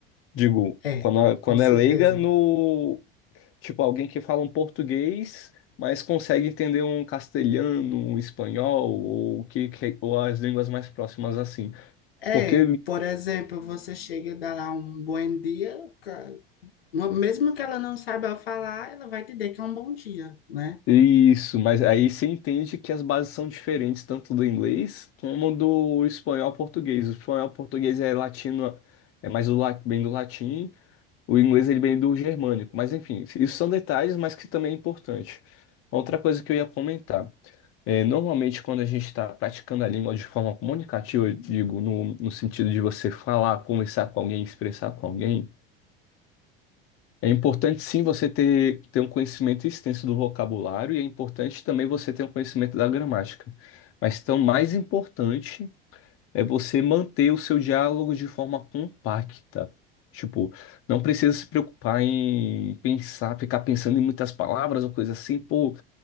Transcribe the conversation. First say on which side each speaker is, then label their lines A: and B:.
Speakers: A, on the left; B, on the left.
A: Digo,
B: É,
A: quando, é- quando
B: com certeza.
A: é leiga no, tipo, alguém que fala um português, mas consegue entender um castelhano, um espanhol, ou, que, que- ou as línguas mais próximas assim.
B: É,
A: Porque
B: por exemplo, você chega e dá lá um bom dia, ca- no- mesmo que ela não saiba falar, ela vai te dizer que é um bom dia, né?
A: Isso, mas aí você entende que as bases são diferentes tanto do inglês como do espanhol ao português. O espanhol ao português é latino, é mais do, la- bem do latim, o inglês ele vem do germânico. Mas enfim, isso são detalhes, mas que também é importante. Outra coisa que eu ia comentar. É, normalmente, quando a gente está praticando a língua de forma comunicativa, eu digo, no, no sentido de você falar, conversar com alguém, expressar com alguém, é importante sim você ter, ter um conhecimento extenso do vocabulário e é importante também você ter um conhecimento da gramática. Mas então, mais importante é você manter o seu diálogo de forma compacta. Tipo, não precisa se preocupar em pensar, ficar pensando em muitas palavras ou coisa assim. Pô,